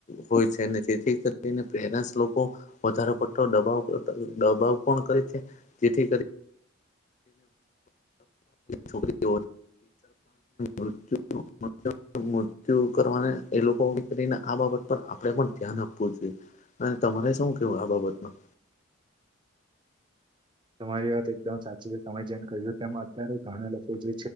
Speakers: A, on the left; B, on the right.
A: હોય છે તેથી કરીને પેરેન્ટસ લોકો વધારેો પટતોો દબાવ દબાવ પણ કરે છે જેથી કરી છોકરી મૃતુ મૃત્યુ કરવાને એ લોકો કરીને આ બાબત પર આપણે પણ ધ્યાન આપવું જોઈએ અને તમારે શું કેવું આ બાબતમાં
B: તમારી વાત એકદમ સાચી છે તમે જેમ કહ્યું તેમ અત્યારે ઘણા લોકો જે